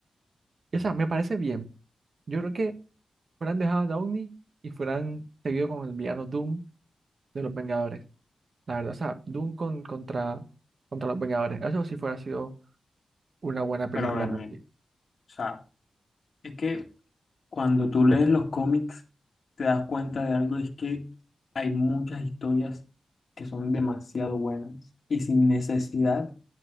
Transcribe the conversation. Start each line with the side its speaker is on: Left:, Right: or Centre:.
Right: Y, o sea, me parece bien. Yo creo que fueran dejado a Downey y fueran seguido con el villano Doom de los Vengadores. La verdad, o sea, Doom con, contra, contra los Vengadores. Eso sí fuera sido Una buena película
Left: Pero a ver,
Right: también.
Left: mira, o sea, es que cuando tú lees los cómics, te das cuenta de algo, es que hay muchas historias que son demasiado buenas y sin necesidad